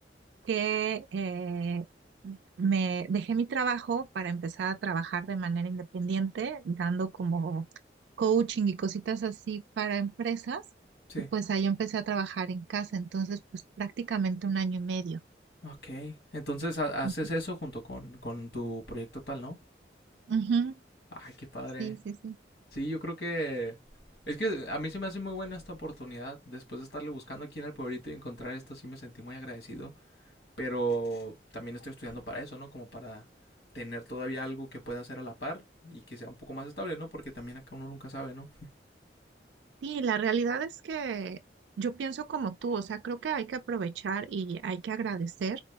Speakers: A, on the right; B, on the left.
A: que eh, me dejé mi trabajo para empezar a trabajar de manera independiente, dando como coaching y cositas así para empresas.
B: Sí.
A: Y pues ahí empecé a trabajar en casa, entonces pues prácticamente un año y medio.
B: Ok. Entonces ha- haces
A: Ujú,
B: eso junto con, con tu proyecto tal, ¿no?
A: ujú,
B: Ay, qué padre.
A: Sí, sí, sí.
B: Sí, yo creo que... Es que a mí se me hace muy buena esta oportunidad. Después de estarle buscando aquí en el pueblito y encontrar esto, sí me sentí muy agradecido. Pero también estoy estudiando para eso, ¿no? Como para tener todavía algo que pueda hacer a la par y que sea un poco más estable, ¿no? Porque también acá uno nunca sabe, ¿no?
A: Sí, la realidad es que yo pienso como tú, o sea, creo que hay que aprovechar y hay que agradecer